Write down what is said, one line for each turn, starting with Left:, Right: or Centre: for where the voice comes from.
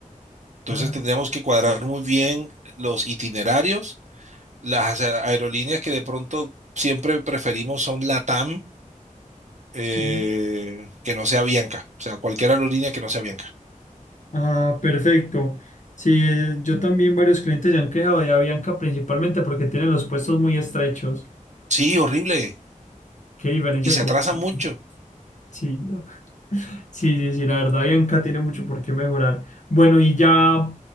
Right: Entonces
Left: Ah,
Right: tendríamos que cuadrar muy bien los itinerarios. Las a- aerolíneas que de pronto siempre preferimos son LATAM, eh,
Left: sí.
Right: que no sea Bianca. O sea, cualquier aerolínea que no sea Bianca.
Left: Ah, perfecto. Sí, eh, yo también varios clientes se han quejado de Avianca principalmente porque tienen los puestos muy estrechos.
Right: Sí, horrible.
Left: Qué diferencia
Right: Y se
Left: conmigo.
Right: atrasan mucho.
Left: Sí, no. Sí, sí, sí, la verdad, Bianca tiene mucho por qué mejorar. Bueno, y ya